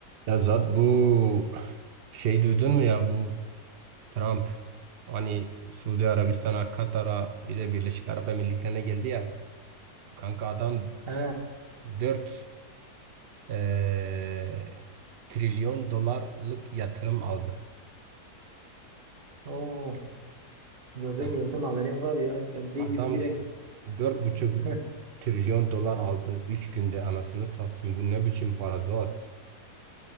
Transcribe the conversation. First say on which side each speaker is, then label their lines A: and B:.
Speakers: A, on the right; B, on the right.
A: Ya zaten bu şey duydun mu ya bu Trump hani Suudi Arabistan'a, Katar'a bir de Birleşik Arap Emirlikleri'ne geldi ya. Kanka adam
B: He,
A: 4 eee, trilyon dolarlık yatırım aldı.
B: o gördüm
A: Yani
B: gördüm haberim var ya geldiği
A: Adam
B: gibi direkt
A: dört buçuk
B: <laughs>
A: trilyon dolar aldı 3 günde anasını satayım. Bu ne biçim para Zuhat?